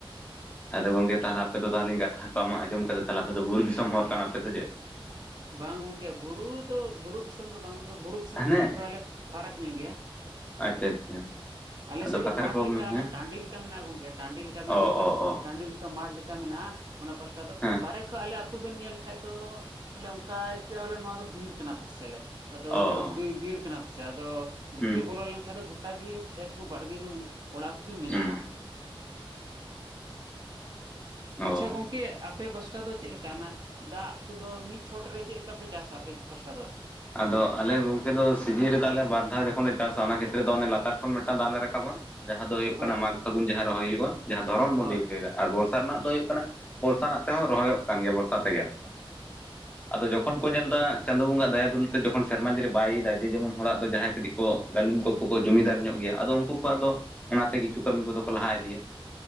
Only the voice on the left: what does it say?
ᱟᱫᱚ ᱜᱚᱝᱠᱮ ᱛᱟᱦᱚᱞᱮ ᱟᱯᱮ ᱫᱚ ᱛᱟᱦᱚᱞᱮᱧ ᱠᱟᱛᱷᱟ ᱠᱚ ᱢᱟᱜ ᱟᱸᱡᱚᱢ ᱠᱟᱛᱮ ᱛᱟᱦᱚᱞᱮ ᱟᱯᱮ ᱫᱚ ᱵᱩᱨᱩ ᱫᱤᱥᱚᱢ ᱦᱚᱲ ᱠᱟᱱᱟᱯᱮ ᱥᱮ ᱪᱮᱫ?
ᱦᱟᱱᱮ
ᱟᱪᱪᱷᱟ ᱟᱪᱪᱷᱟ
ᱟᱫᱚ
ᱠᱟᱛᱷᱟ
ᱨᱮᱠᱚ
ᱦᱮᱸ
ᱚ
ᱚ ᱚ
ᱦᱮᱸ
ᱚ ᱚ
ᱦᱩᱸ
ᱦᱩᱸ ᱚ
ᱟᱫᱚ ᱟᱞᱮ ᱜᱚᱝᱠᱮ ᱫᱚ ᱥᱤᱡᱤᱱ ᱨᱮᱫᱚᱮ ᱵᱟᱨ ᱫᱷᱟᱣ ᱡᱚᱠᱷᱚᱱ ᱞᱮ ᱪᱟᱥᱟ ᱚᱱᱟ ᱠᱷᱮᱛᱨᱮᱫᱚ ᱚᱱᱮ ᱞᱟᱛᱟᱨ ᱠᱷᱚᱱ ᱢᱤᱫᱴᱟᱝ ᱫᱟᱜ ᱞᱮ ᱨᱟᱠᱟᱵᱟ ᱡᱟᱦᱟᱸ ᱫᱚ ᱦᱩᱭᱩᱜ
ᱠᱟᱱᱟ ᱢᱟᱜᱽ ᱯᱷᱟᱹᱜᱩᱱ ᱡᱟᱦᱟᱸ ᱨᱚᱦᱚᱭ ᱦᱩᱭᱩᱜᱼᱟ ᱡᱟᱦᱟᱸ ᱫᱷᱚᱨᱚᱱ ᱵᱚᱱ
ᱞᱟᱹᱭ ᱦᱚᱪᱚᱭᱮᱫᱟ ᱟᱨ ᱵᱚᱨᱥᱟ ᱨᱮᱱᱟᱜ ᱫᱚ ᱦᱩᱭᱩᱜ ᱠᱟᱱᱟ ᱵᱚᱨᱥᱟ ᱨᱮᱱᱟᱜ ᱛᱮᱦᱚᱸ ᱨᱚᱦᱚᱭᱚᱜ ᱠᱟᱱ ᱜᱮᱭᱟ ᱵᱚᱨᱥᱟ ᱛᱮᱜᱮ ᱟᱞᱮ ᱫᱚ ᱟᱫᱚ ᱡᱚᱠᱷᱚᱱ ᱠᱚ
ᱧᱮᱞᱫᱟ ᱪᱟᱸᱫᱳ ᱵᱚᱸᱜᱟᱜ ᱫᱟᱭᱟ ᱩᱞ ᱡᱚᱠᱷᱚᱱ ᱥᱮᱨᱢᱟ ᱡᱟᱹᱨᱤ ᱵᱟᱭ ᱭᱮᱫᱟ ᱡᱮ ᱡᱮᱢᱚᱱ ᱦᱚᱲᱟᱜ ᱫᱚ ᱡᱟᱦᱟᱸᱭ ᱠᱟᱹᱴᱤᱡ ᱠᱚ ᱜᱟᱹᱞᱤᱢ ᱠᱚᱠᱚ ᱠᱚ ᱡᱩᱤᱫᱟᱨ ᱧᱚᱜ ᱜᱮᱭᱟ ᱟᱫᱚ ᱩᱱᱠᱩ ᱠᱚᱣᱟᱜ ᱫᱚ ᱚᱱᱟᱛᱮ ᱠᱤᱪᱷᱩ ᱠᱟᱹᱢᱤ ᱠᱚᱫᱚ ᱠᱚ ᱞᱟᱦᱟ ᱤᱫᱤᱭᱟ᱾